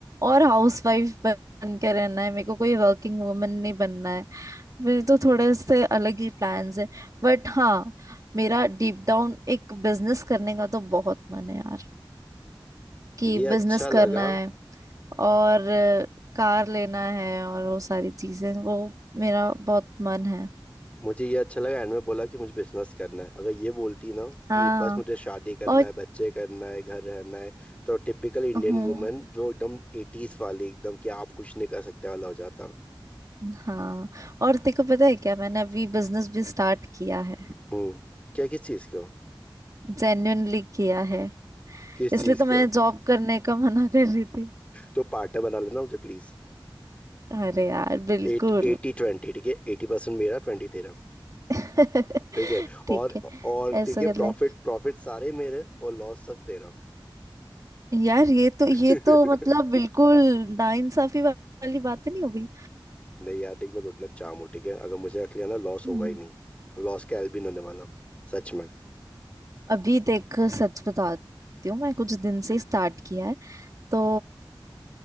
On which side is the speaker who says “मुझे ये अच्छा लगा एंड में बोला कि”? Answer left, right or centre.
Left